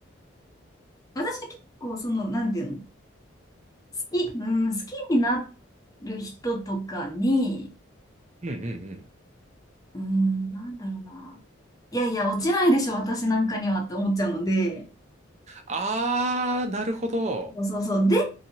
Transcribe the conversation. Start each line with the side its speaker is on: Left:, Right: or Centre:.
Left: 私は結構、その、なんていうの、好き、うん、好きになる人とかに、
Right: うんうんうんうん。
Left: うん、なんだろうな。いやいや、落ちないでしょ、私なんかにはって思っちゃうので、
Right: あー、なるほど。
Left: そうそうそう。で、